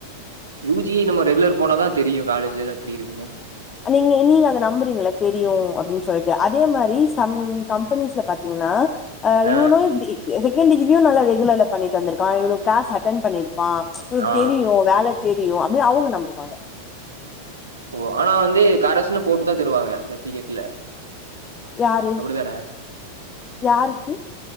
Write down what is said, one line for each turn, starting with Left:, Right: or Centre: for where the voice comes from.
Right: யூஜி நம்ம ரெகுலர் போனாதா தெரியு காலேஜ்லா எப்டி இருக்குன்னு
Left: நீங்க நீங்க அத நம்புறீங்கள தெரியு அப்டின்டு சொல்ட்டு அதே மாரி சம் கம்பெனிஸ்ல பத் நா அ
Right: ஆ,
Left: இவுனு இப்டி செகண்ட்டிகிரியு நல்லா ரெகுலர்ல பண்ணிட்டு வந்துருக்கா இவுனு க்ளாஸ் அட்டென் பண்ணிருப்பா இவுனுக்கு
Right: ஆ.
Left: தெரியு வேல தெரியு அப்டினு அவுங்க நம்புவாங்க
Right: ஓ ஆனா வந்து கரசுன்னு போட்டுதா தருவாங்க சட்விகேட்ல
Left: யாரு
Right: அப்டிதானே
Left: யாருக்கு